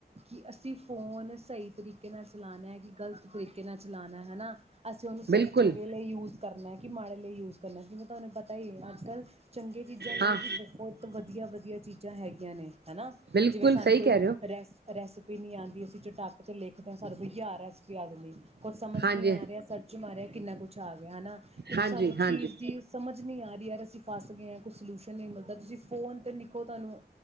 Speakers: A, on the right; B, on the right.
A: ਕਿ ਅਸੀਂ ਫੋਨ ਸਹੀ ਤਰੀਕੇ ਨਾਲ ਚਲਾਨਾ ਐ ਕਿ ਗ਼ਲਤ ਤਰੀਕੇ ਨਾਲ ਚਲਾਨਾਂ ਹੈਨਾਂ। ਅਸੀਂ ਉਹਨੂੰ ਸਹੀ
B: ਬਿਲਕੁਲ
A: ਚੰਗੇ ਲਈ ਯੂਜ ਕਰਨਾ ਕਿ ਮਾੜੇ ਲਈ ਯੂਜ ਜਿਵੇਂ ਤੁਹਾਨੂੰ ਪਤ ਤਾ ਹੀ ਅੱਜ ਕੱਲ ਚੰਗੇ ਚੀਜ਼ਾਂ ਲਈ
B: ਹਾਂ
A: ਵੀ ਬਹੁਤ ਵਧੀਆ ਵਧੀਆ ਚੀਜ਼ਾਂ ਹੈਗੀਆਂ। ਯਾਨੀ। ਹੈਾ
B: ਬਿਲਕੁਲ
A: ਜਿਵੇਂ ਸਾਨੂੰ
B: ਸਹੀ
A: ਕੋਈ
B: ਕਹਿ ਰਹੇ ਹੋ
A: ਰੈਸ ਰੈਸਪੀ ਨਹੀਂ ਆਉਂਦੀ। ਅਸੀਂ ਚਟਾਕ ਚ ਲਿਖਦੇ ਹਾਂ ਸਾਨੂੰ ਕੋਈ ਹਾਰ ਰੈਸਪੀ ਆ ਜਾਂਦੀ ਕੋਛ ਸਮਝ
B: ਹਾਂਜੀ
A: ਨਹੀਂੀ ਆ ਰਿਹਾ ਸਰਚ ਮ ਰਿਹਾ ਕਿੰਨਾ ਕੁਛ ਆ ਗਿਆ ਹੈਾ ਕੁਛ
B: ਹਾਂਜੀ
A: ਸਾਨੂੰ
B: ਹਾਂਜੀ
A: ਚੀਜ਼ ਸਮਝ ਨਹੀਂ ਆ ਰਹੀ ਯਾਰ ਅਸੀਂ ਫਸ ਗਏ ਹਾਂ ਕੁਈ ਸਲਿਊਸ਼ਨ ਨਹੀਂ ਮਿਲਦਾ ਤੁਸੀਂ ਫੋਨ 'ਤੇ ਨਿੱਖੋ ਤੁਹਾਨੂੰ